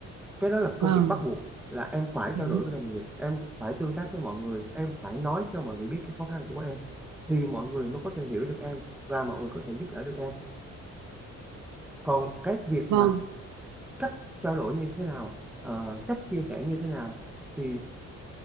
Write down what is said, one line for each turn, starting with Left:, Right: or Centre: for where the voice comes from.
Centre: Cái đó là công
Right: vâng
Centre: việc bắt buộc là em phải
Right: Ừ,
Centre: trao đổi với đồng nghiệp, em phải tương tác với mọi người, em phải nói cho mọi người biết cái khó khăn của em thì mọi người mới có thể hiểu được em và mọi người có thể giúp đỡ được em. Còn cái việc
Right: vâng
Centre: mà cách trao đổi như thế nào, ờ, cách chia sẻ như thế nào thì